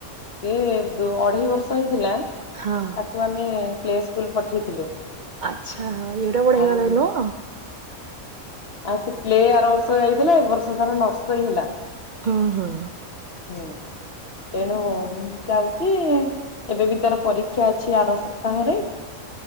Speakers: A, on the left; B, on the right.
A: ଏଇ ଦ ଅଢେଇ ବର୍ଷ ହେଇଥିଲା।
B: ହଁ।
A: ତାକୁ ଆମେ ପ୍ଲେ ସ୍କୁଲ ପଠେଇଥିଲୁ।
B: ଆଚ୍ଛା ଏଡେ ବଡ ହେଇଗଲାଣି
A: ଆଉ
B: ନୁହଁ।
A: ଆଉ ସେ ପ୍ଳେ ଆର ବର୍ଷ। <unintelligible> ଏ ବର୍ଷ ଧାର ନର୍ସରୀ ହେଲା।
B: ହୁଁ ହୁଁ।
A: ହୁଁ ତେଣୁ ମୁଁ ଚାହୁଛି ଏବେ ବି ତାର। ପରୀକ୍ଷା ଅଛି ଆର ସପ୍ତାହରେ